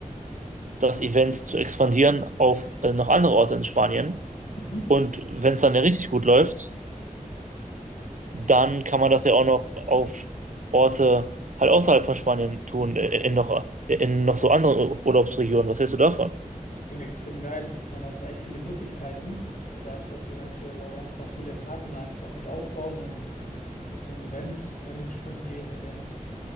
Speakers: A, on the right; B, on the left.
A: das Event zu expandieren auf äh, noch andere Orte in Spanien.
B: Mhm.
A: Und wenn es dann ja richtig gut läuft, dann kann man das ja auch noch auf Orte halt außerhalb von Spanien tun, in noch, in noch so anderen Ur- Urlaubsregionen. Was hältst du davon?
B: Das klingt extrem geil. Ich meine, da hat man echt viele Möglichkeiten, dass wir da einfach eventuell auch einfach viele Partner einfach mit aufbauen und Richtung Eventmanagement gehen, Event.